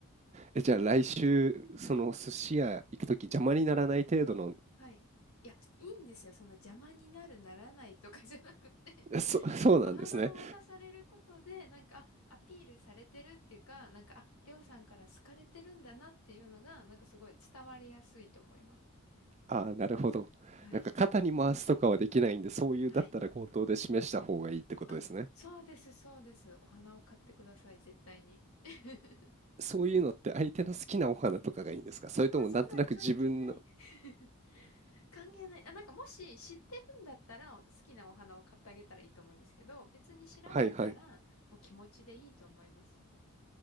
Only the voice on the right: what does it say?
え、じゃあ来週、その寿司屋行くとき邪魔にならない程度の、
そ、
そうなんですね。
ああ、なるほど。
なんか肩に回すとかはできないんで、そういうだったら口頭で示した方がいいってことですね。
そういうのって相手の好きなお花とかがいいんですかそれともなんとなく自分の、
はいはい。